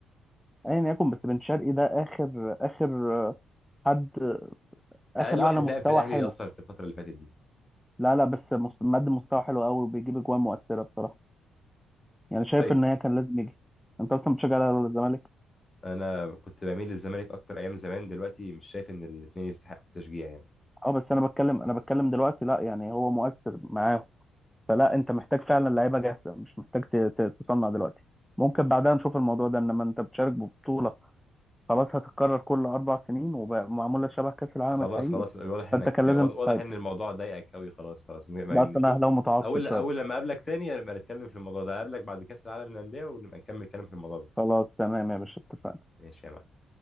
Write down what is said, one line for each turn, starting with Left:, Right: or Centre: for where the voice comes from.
Centre: ايا يكن بس بن شرقي ده اخر اخر حد اخر
Left: اقل
Centre: اعلى
Left: واحد
Centre: مستوى
Left: لعب في الاهلي
Centre: حلو
Left: اصلا في الفتره اللي فاتت دي
Centre: لا لا بس مس- مقدم مستوى حلو قوي وبيجيب اجوان مؤثره بصراحه يعني شايف
Left: طيب
Centre: ان هي كان لازم يجي انت اصلا بتشجع الاهلي ولا الزمالك
Left: انا كنت بميل للزمالك اكتر ايام زمان دلوقتي مش شايف ان الاثنين يستحقوا التشجيع يعني
Centre: اه بس انا بتكلم انا بتكلم دلوقتي لا يعني هو مؤثر معاهم فلا انت محتاج فعلا لعيبه جاهزه مش محتاج ت- ت- تصنع دلوقتي ممكن بعدها نشوف الموضوع ده انما انت بتشارك ببطوله خلاص هتتكرر كل اربع سنين ومعموله شبه كاس العالم
Left: خلاص
Centre: الحقيقي
Left: خلاص واضح انك
Centre: فانت كان
Left: واضح
Centre: لازم تستعد
Left: ان الموضوع ضايقك قوي خلاص خلاص ما
Centre: بس
Left: نشوف
Centre: انا اهلاوي متعصب
Left: اول
Centre: شويه
Left: اول لما اقابلك تاني نبقى نتكلم في الموضوع ده اقابلك بعد كاس العالم للانديه ونبقى نكمل كلام في الموضوع ده
Centre: خلاص تمام يا باشا اتفقنا
Left: ماشي يا معلم